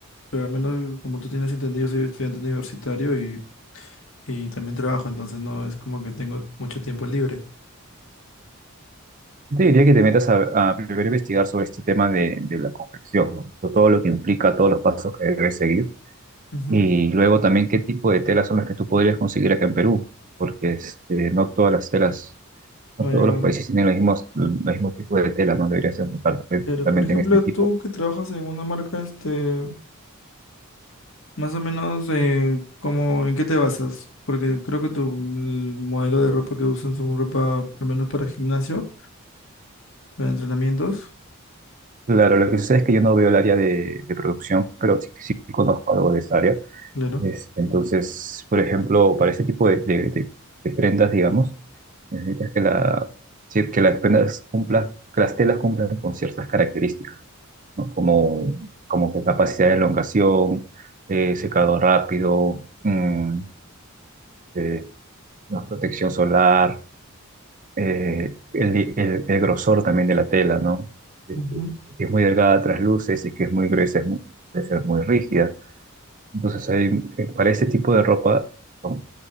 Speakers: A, on the left; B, on the right.
A: Pero al menos, como tú tienes entendido, soy estudiante universitario y, y también trabajo, entonces no es como que tengo mucho tiempo libre.
B: Yo te diría que te metas a, a primero investigar sobre este tema de, de la confección, ¿no? Sobre Todo lo que implica, todos los pasos que debes seguir.
A: Ujú.
B: Y luego también qué tipo de telas son las que tú podrías conseguir acá en Perú, porque este, no todas las telas, no
A: No,
B: todos
A: ya acabo.
B: los países tienen los mismos, los mismos tipos de telas, no deberías enfocarte
A: Pero,
B: totalmente
A: por ejemplo,
B: en este tipo.
A: tú que trabajas en una marca, este, Más o menos, eh, como, ¿en qué te basas? Porque creo que tu el modelo de ropa que usan son ropa, al menos para gimnasio, para entrenamientos.
B: Claro, lo que sucede es que yo no veo el área de, de producción, pero sí, sí conozco algo de esa área.
A: Claro.
B: Este, entonces, por ejemplo, para este tipo de, de- de- de prendas, digamos, necesitas que la, sí, que las prendas cumplan, que las telas cumplan con ciertas características, ¿no? Como, como que capacidad de elongación, eh, secado rápido, mm, eh, más protección solar, eh, el, el- el grosor también de la tela, ¿no? Si es
A: Ujú.
B: que es muy delgada, trasluce, si es que es muy gruesa, es muy, puede ser muy rígida. Entonces, hay, eh, para este tipo de ropa, son